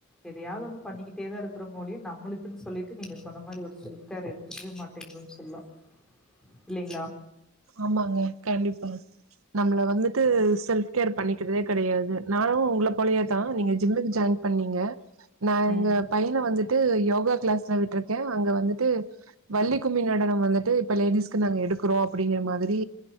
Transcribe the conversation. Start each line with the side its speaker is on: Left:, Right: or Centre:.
Centre: எதையாவ் ஒன்னு பண்ணிக்கிட்டே தா இருக்கிற மோது நம்முளுக்குன் சொல்லிட்டு நீங்க சொன்ன மாரி ஒரு செல்ஃப்கேர் எடு த்துக்கவே மாட்டேங்கன் சொல்லா இல்லிங்ளா
Right: ஆமாங்க கண்டிப்பா நம்மள வந்துட்டு செல்ஃப் கேரு பண்ணிக்கிறதே கெடயாது நானும் உங்கள போலவே தா நீங்க ஜிம்முக்கு ஜாயின் பண்ணீங்க நா எங்க
Centre: ம்
Right: பையன வந்துட்டு யோகா கிளாஸ்ல விட்ருக்கே அங்க வந்துட்டு வள்ளி கும்மி நடனம் வந்துட்டு இப்ப லேடிஸ்க்கு நாங்க எடுக்குறோம் அப்டிங்கற மாதிரி